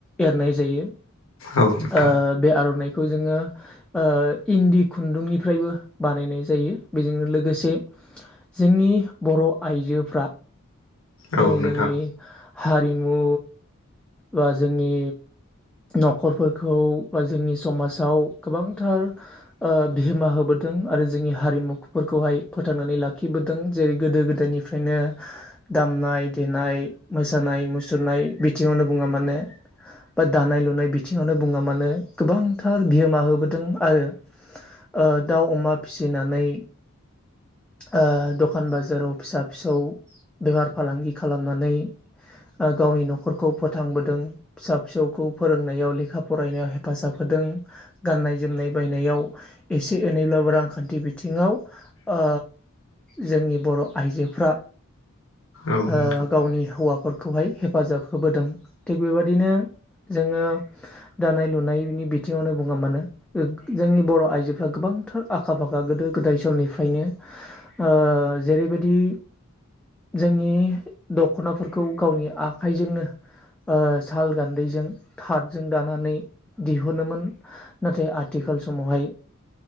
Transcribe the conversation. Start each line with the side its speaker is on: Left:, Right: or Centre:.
Centre: एरनाय जायो।
Left: औ नोंथां
Centre: ओ बे आर'नाइ खौ जोङो ओ इन्दि खुन्दुंनिफ्रायबो बानायनाय जायो बेजोंनो लोगोसे जोंनि बर' आइजोफ्रा
Left: औ
Centre: दिनै
Left: नोंथां
Centre: जोंनि हारिमु बा जोंनि नखरफोरखौ बा जोंनि समाजाव गोबांथार ओ बिहोमा होबो दों आरो जोंनि हारिमुफोरखौहाय फोथांनानै लाखिबोदों जेरै गोदो गोदायनिफ्रायनो दामनाय देनाय मोसानाय मुसुरनाय बिथि ङावनो बुङा मानोे, बा दानाय लुनाय बिथिङावनो बुङा मानोे, गोबांथार बिहोमा होबोदों। आरो ओ दाउ अमा फिसिनानै ओ दखान बाजाराव फिसा फिसौ बेफार फालांगि खालामनानै ओ गावनि नखरखौ फोथांबोदों फिसा फिसौखौ फोरोंनायाव लेखा फरायनायाव हेफाजाब होदों, गाननाय जोमनाय नाय बायनायाव एसे एनैब्लाबो रांखान्थि बिथिङाव ओ जोंनि बर' आइजोफ्रा
Left: औ
Centre: ओ
Left: नोंथां
Centre: गावनि हौवाफोरखौहाय हेफाजाब होबोदों थिग बेबादिनो जोङो दानाय लुनायनि बिथिङावनो बुङा मानो जोंनि बर' आइजोफ्रा गोबां गोबांथार आखा फाखा गोदो गोदाय समनिफ्रायनो ओ जेरैबायदि जोंनि दखनाफोरखौ गावनि आखाइजोंनो ओ साल गान्दैजों थाथजों दानानै दिहुनोमोन नाथाय आ आथिखाल समावहाय